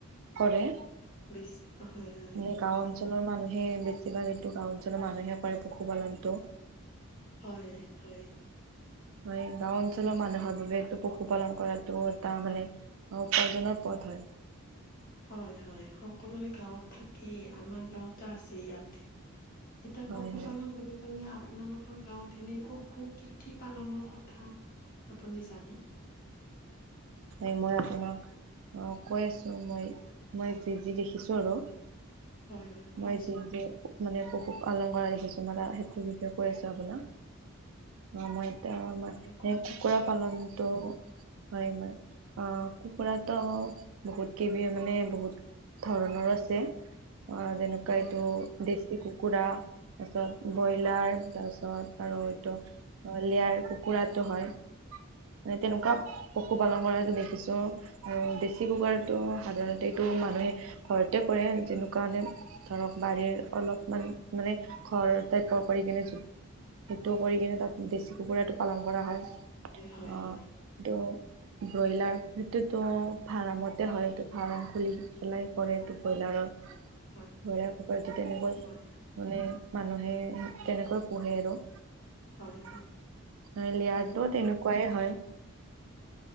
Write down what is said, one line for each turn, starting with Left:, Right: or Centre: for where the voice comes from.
Right: কৰে।
Left: ব হয় হয়।
Right: মানে গাঁও অঞ্চলৰ মানুহে বেছিভাগ এইটো গাও অঞ্চলৰ মানুহে কৰে পশুপালনতটো।
Left: হয় হয়।
Right: হয়। গাও অঞ্চলৰ মানুহৰ বাবেটো পশুপালন কৰাতটো এটা মানে উপাৰ্জনৰ পথ হয়। <unintelligible>
Left: হয়, হয়। সকলোৰে গাঁৱত থাকেই আমাৰ গাঁৱতো আছে ইয়াতে। এতিয়া
Right: হয়
Left: পশুপালন
Right: হয়।
Left: বুলি ক'লে আপোনালোকৰ গাঁৱত এনেই পশু কি। কি পালনৰ কথা আপুনি জানি।
Right: হয় মই আপোনাক অ কৈ আছো মই- মই যি যি দেখিছো আৰু
Left: হয় হয় কওকচোন
Right: মাই যি যে মানে পশু পালন কৰা দেখিছোঁ কিছুমান এটা সেইটোৰ বিষয়ে কৈ আছো আপোনাক, অ মই আমাৰ
Left: হয় কওক
Right: এ কুকুৰা পালনটো হয় মানে। অ কুকুৰা ত বহুত কিবি মানে বহুত। ধৰণৰ আছে, অ যেনেকুৱা
Left: হয়
Right: এইটো
Left: হয়
Right: দেশী কুকুৰা। তাৰপিছত ব্ৰইলাৰ
Left: হয়
Right: তাৰপিছত আৰু
Left: হয়
Right: ইটো। অ লয়াৰ কুকুৰাটো হয় মানে
Left: হয়
Right: তেনেকুৱা পশু পালন কৰা যে দেখিছোঁ আৰু ডেচি কুকুৰাটো সাধাৰণতে মানুহে ঘৰতে কৰে। তেনেকুৱা মানে ধৰক বাৰীৰ অলপমান, মানে ঘৰ টাইপৰ কৰি কিনে সেইটো কৰি কিনে তাত দেশী কুকুৰাটো পালন কৰা হয়
Left: হয় হয় হয়
Right: অ
Left: হয়
Right: সেইটো ব্ৰইলাৰ সেইতোটো ফাৰ্মতে হয়তো ফাৰ্ম খুলি। কৰে
Left: হয়
Right: ব্ৰইলাৰৰ
Left: হয়
Right: ব্ৰইলাৰ ক তেনেকৈ
Left: হয়।
Right: মানে মানুহে তেনেকৈ পোহে আৰু লেয়াৰটো
Left: হয়, হয়, হয়,
Right: তেনেকুৱাই হয়।